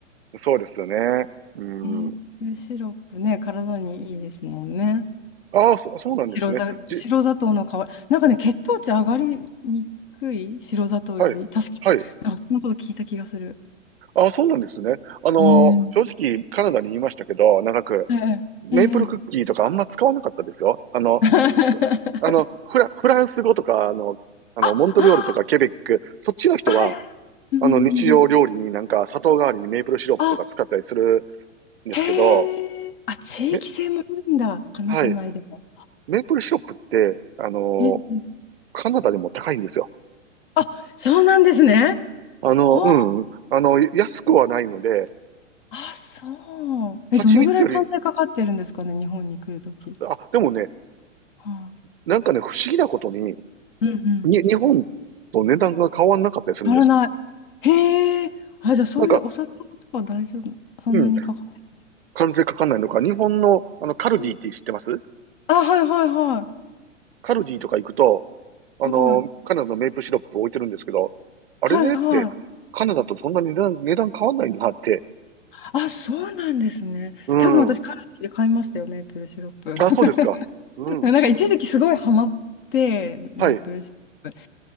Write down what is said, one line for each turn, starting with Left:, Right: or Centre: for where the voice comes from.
Right: ーそうですよね。うん。
Left: うんねメイプルシロップね、体にいいですもんね。
Right: ああ、そ、そうなんですね。
Left: 白砂白砂糖の代わり。
Right: じ、
Left: なんかね、血糖値上がりにくい白砂糖より。
Right: はい。
Left: 確かに。
Right: はい。
Left: なんか、そんなこと聞いた気がする。
Right: ああ、そうなんですね。あのー正直、
Left: うん。
Right: カナダにいましたけど、長く。
Left: ええ、
Right: メープルクッキーとかあんま使わなかったですよ。
Left: ええ。
Right: あの、
Left: <laughs>
Right: あの、フラ、フランス語とか、あの、あの、
Left: あ、
Right: モントリオールとかケベック、そっちの人は、
Left: あ、はい。うんうんうん。
Right: あの、日常料理になんか砂糖代わりにメープルシロップとか使ったりする
Left: あ、
Right: んですけど、
Left: へえ。あ、地域性もあるんだ。
Right: め、
Left: カナダ内でも。
Right: はい。メープルシロップって、あの、
Left: ええ、ええ
Right: カナダでも高いんですよ。
Left: あ、そうなんですね。
Right: あの、
Left: ほう。
Right: うん。あの、安くはないので、
Left: あ、そう。
Right: 蜂蜜より、
Left: え、どのぐらい関税かかってるんですかね、日本に来るとき。
Right: あ、でもね、
Left: はあ、
Right: なんかね、不思議なことに、
Left: うんうん。
Right: に、日本と値段が変わんなかったりするんです。
Left: 変わらない。へえ。あ、じゃあそういうお札とか大丈夫。
Right: なんか、
Left: そんなにかかって
Right: うん関税かかんないのか、日本の、あの、カルディって知ってます
Left: る。あ、はいはいはい。
Right: カルディとか行くと、あの、
Left: はい。
Right: カナダのメープシロップ置いてるんですけど、あれでって、
Left: はいはい。
Right: カナダとそんなに値段、値段変わんないんだなって。
Left: あ、そうなんですね。
Right: うん。
Left: 多分私、カルディで買いましたよ、メープルシロップ。
Right: あ、そうですか。うん。
Left: <laughs> なんか一時期すごいハマって、メープルシロップ。
Right: はい。